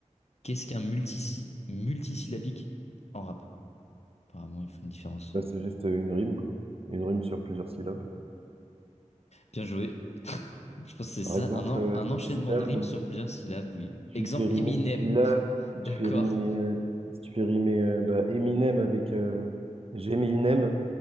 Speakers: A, on the left; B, on the right.
A: Qu'est-ce qu'un multisy- multisyllabique en rap? Apparemment, ils font une différence.
B: là, c'est juste une rime, quoi. Une rime sur plusieurs syllabes.
A: Bien joué. Je pense que c'est
B: Par
A: ça,
B: exemple,
A: un, en-
B: euh,
A: un enchaînement
B: syllabe.
A: de rimes sur plusieurs syllabes, oui.
B: Si tu
A: Exemple
B: fais rimer
A: Eminem,
B: Stila,
A: <laughs>
B: si
A: d'accord.
B: tu fais rimer, euh, si tu fais rimer euh, bah, Eminem avec euh, J'ai mille nems.